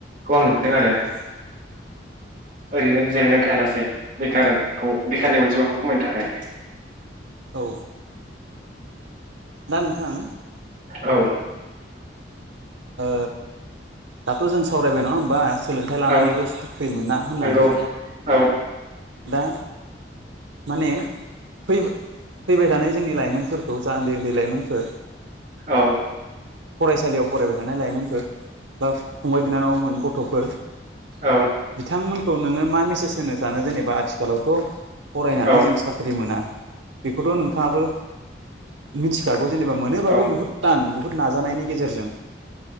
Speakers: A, on the right; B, on the right.
A: खौ आं नुहुरदों आरो
B: औ
A: ओरैनो जेरायनानै थायालासे बेखार खौ बेखारनि अनजिमाखौ खमायनो थाखाय
B: औ दा नोंथां
A: औ
B: ओ दाथ' जों सावरायबाय नङा होमबा सोलोंथाइ लानानैबो
A: औ
B: साख्रि मोना होननानै
A: नंगौ औ
B: दा माने फै फैबाय थानाय जोंनि लाइमोनफोरखौ जा ओन्दै ओन्दै लाइमोनफोर
A: औ
B: फरायसालियाव फरायबाय थानाय लाइमोनफोर बा फंबाय बिनानावमोन गथ'फोर
A: औ
B: बिथांमोनखौ नोङो मा मेसेज होनो सानो जेनेबा आथिखालावथ' फरायनानै
A: औ
B: जों साख्रि मोना बेखौथ' नोंथाङाबो मिथिखा गौ जेनेबा मोनोबाबो
A: औ
B: बुहुत टान बुहुत नाजानायनि गेजेरजों